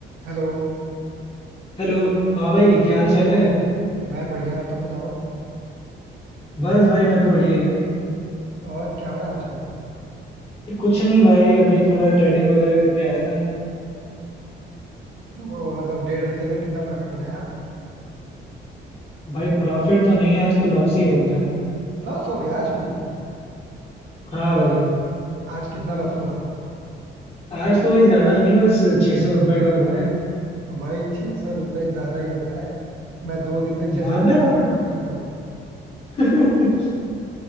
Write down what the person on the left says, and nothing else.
Hello हाँ भाई क्या हाल चाल है
बस भाई मैं तो बढ़िया ही हूँ
कुछ नहीं भाई अभी थोड़ा ट्रेडिंग वगैरह करके आया था मैं
भाई प्रॉफिट तो नहीं आज तो लॉस ही हो गया
हाँ भाई
आज तो भाई ज्यादा नहीं बस छह सौ रुपए का हुआ है
ज्यादा
है।
<laughs>